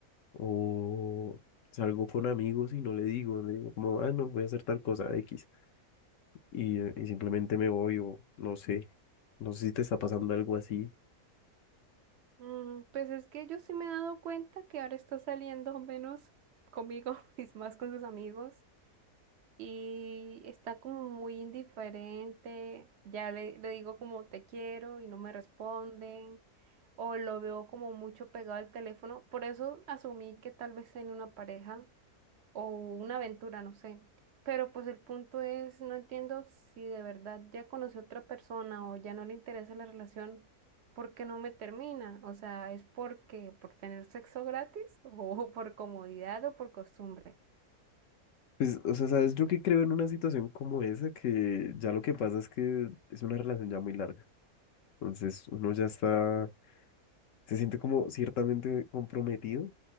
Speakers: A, on the left (about 65°); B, on the right (about 60°).
A: o salgo con amigos y no le digo, le digo como, ah, no, voy a hacer tal cosa X, y, eh, y simplemente me voy o no sé, no sé si te está pasando algo así.
B: Mm, pues es que yo sí me he dado cuenta que ahora está saliendo menos conmigo <laughs> y más con sus amigos. y está como muy indiferente, ya le, le digo como te quiero y no me responden, o lo veo como mucho pegado al teléfono, por eso asumí que tal vez tenía una pareja o una aventura, no sé. Pero pues el punto es, no entiendo si de verdad ya conocí a otra persona o ya no le interesa la relación, ¿por qué no me termina? O sea, ¿es porque por tener sexo gratis <laughs> o por comodidad o por costumbre?
A: Pues, o sea, ¿sabes? Yo que creo en una situación como esa, que ya lo que pasa es que es una relación ya muy larga, entonces uno ya está, se siente como ciertamente comprometido,